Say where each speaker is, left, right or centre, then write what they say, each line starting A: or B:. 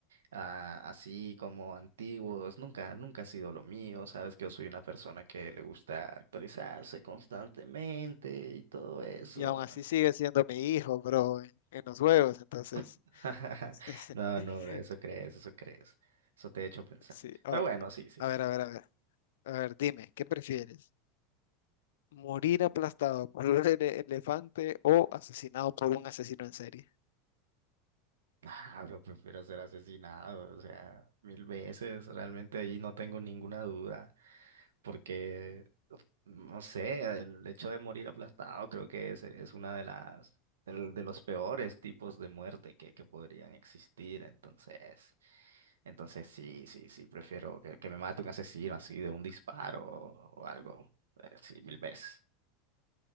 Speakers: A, on the right; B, on the left.
A: ah, así como antiguos, nunca, nunca ha sido lo mío, sabes que yo soy una persona que le gusta actualizarse constantemente y todo eso.
B: Y aún así sigue siendo mi hijo, bro, en, en los juegos, entonces.
A: <laughs>
B: <laughs>
A: No, no, bro, eso crees, eso crees, eso te he hecho pensar.
B: Sí, a
A: Pero bueno, sí, sí,
B: a
A: sí.
B: ver, a ver, a ver. A ver, dime, ¿qué prefieres? ¿Morir aplastado por un <laughs> ele- elefante o asesinado por un asesino en serie?
A: Ah, bro, prefiero ser asesinado, o sea, mil veces, realmente ahí no tengo ninguna duda. porque, no sé, el hecho de morir aplastado creo que es, es una de las, del- de los peores tipos de muerte que, que podrían existir. Entonces, entonces sí, sí, sí, prefiero que, que me mate un asesino así de un disparo o, o algo, eh, sí, mil veces.